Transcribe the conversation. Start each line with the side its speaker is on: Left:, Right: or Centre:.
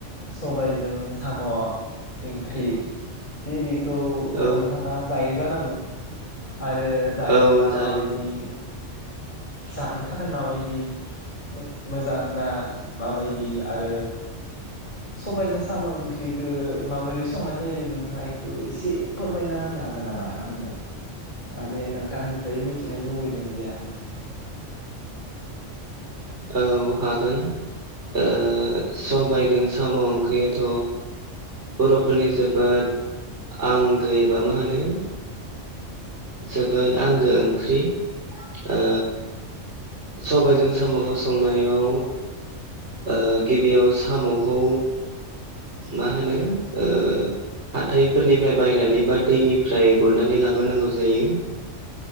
Left: सबायजों साम' ओंख्रि बे खौ
Right: औ
Left: नोंथाङा जायो जानांगौ आरो जायोब्ला
Right: औ जायो
Left: माबायदि जानो थाखाय माबायदि मो-मोजां ना माबायदि आरो सबाइजों साम' ओंख्रिखो माबोरै संनाय जायो नोंथाङा इखो एसे फोरमायना होनो हागोन नामा आंनो मानि नोंथांनिफ्राय मिथिनो लुगैदों जे आं बे <inaudible>
Right: औ हागोन ओ सबाइजों साम' ओंख्रियाथ' बर'फोरनि जोबोद आंगो एबा मा होनो जोबोद आंगो ओंख्रि ओ सबायजों साम'खौ संनायाव ओ गिबियाव साम'खौ मा होनो ओ हाथायफोरनिफ्राय बायनानै बा दैनिफ्राय गुरनानै लाबोनांगौ जायो